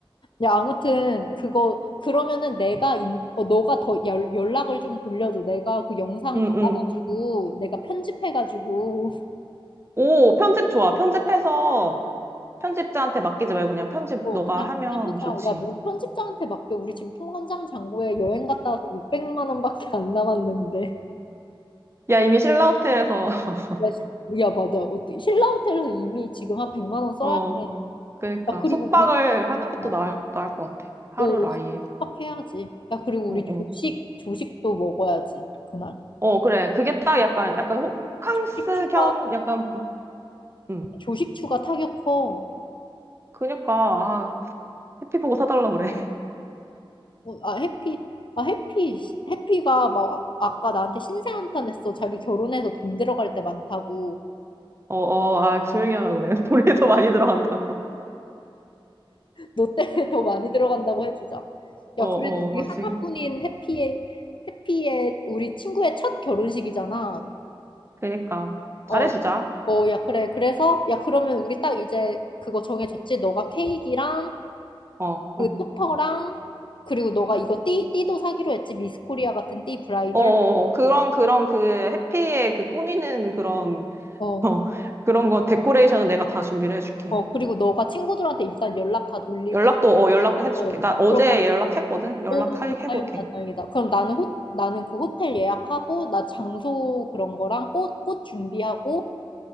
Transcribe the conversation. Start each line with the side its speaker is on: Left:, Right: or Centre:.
Left: 야, 아무튼, 그거, 그러면은 내가, 인, 어, 너가 더 연, 연락을 좀 돌려줘. 내가 그 영상
Right: 응,
Left: 받아가지고,
Right: 응.
Left: 내가 편집해가지고, <laughs>
Right: 오, 편집 좋아. 편집해서 편집자한테 맡기지 말고 그냥 편집
Left: 어,
Right: 너가
Left: 그냥,
Right: 하면
Left: 그냥
Right: 좋지.
Left: 하자. 야, 뭐 편집자한테 맡겨. 우리 지금 통관장 잔고에 여행 갔다 와서 600만 원밖에 안 남았는데.
Right: 야, 이미 신라호텔에서, <laughs>
Left: 야, 시- 야, 맞아. 어떻게, 신라 호텔에서 이미 지금 한 100만 원 써야
Right: 어,
Left: 돼.
Right: 그러니까
Left: 야, 그리고
Right: 숙박을
Left: 우리,
Right: 하는 것도
Left: 어,
Right: 나을, 나을 것 같아. 하루를
Left: 오,
Right: 아예.
Left: 숙박해야지. 야, 그리고
Right: 어,
Left: 우리
Right: 어.
Left: 조식, 조식도 먹어야지, 그날.
Right: 어, 그래. 그게 딱 약간, 약간 호, 호캉스
Left: 조식 추가,
Right: 겸 약간, 음.
Left: 조식 추가 타격 커.
Right: 그니까, 아, 해피 보고 사달라 그래. <laughs>
Left: 어, 아, 해피. 아, 해피. 해피가 막 아- 아까 나한테 신세 한탄했어. 자기 결혼해서 돈 들어갈 때 많다고.
Right: 어, 어, 아, 조용히 하라 그래. <laughs> 우리도 많이 들어간다고. <laughs>
Left: 너 때문에 더 많이 들어간다고 해주자. 야,
Right: 어,
Left: 그래도 우리
Right: 어,
Left: 하나뿐인
Right: 지금.
Left: 해피의, 해피의 우리 친구의 첫 결혼식이잖아.
Right: 그니까. 잘해주자.
Left: 어, 어, 야, 그래. 그래서, 야, 그러면 우리 딱 이제 그거 정해졌지? 너가 케이크랑
Right: 어,
Left: 그
Right: 어.
Left: 토퍼랑 그리고 너가 이거 띠 띠도 사기로 했지 미스코리아 같은 띠 브라이덜
Right: 어, 어, 어. 그런, 그런 그 해피의 그 꾸미는 그런, <laughs>
Left: 어
Right: 어, 그런 거, 데코레이션은 내가 다 준비를 해줄게.
Left: 어 그리고 너가 친구들한테 일단 연락 다 돌리고
Right: 연락도, 어, 연락도 해줄게.
Left: 어
Right: 나 어제
Left: 그럼
Right: 연락했거든? 연락해볼게.
Left: 나오 다행이다 다행이다 그럼 나는 호 나는 그 호텔 예약하고 나 장소 그런 거랑 꽃 꽃 준비하고